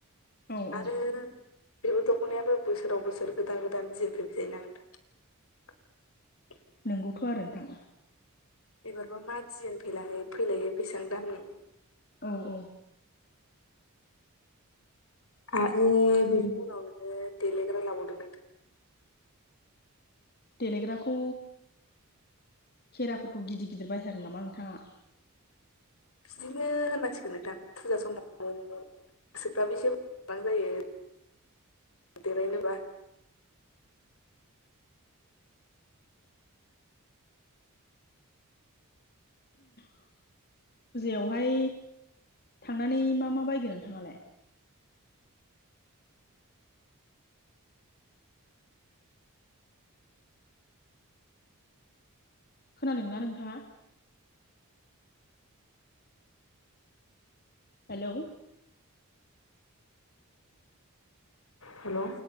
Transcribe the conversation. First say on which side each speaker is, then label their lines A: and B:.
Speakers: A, on the left; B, on the left.
A: औ औ
B: आरो बेबो दखनायाबो बोसोराव बोसोर गोदान गोदान दिजेन फैबाय थायोना नोंथां
A: नंगौथ आरो नोंथां
B: एबारबा मा डिजाइन फैलाय फैलायो बेसेबां दामनि?
A: औ औ
B: आरो बिनि उनाव नोङो देलायग्रा लाबावदो नोंथां
A: देलायग्राखौ खेराफोरखौ गिदिर गिदिर बायथारो नामा नोंथाङा?
B: बिदिनो होननांसिगोन नोंथां फुजा समाव गोसोफ्राबो एसे <unintelligible> जायो देलायनोबा
A: <inaudible> फुजायावहाय थांनानै मा मा बायगोन नोंथाङालाय? खोनादोंना नोंथाङा‌? हेलौ
B: हेल'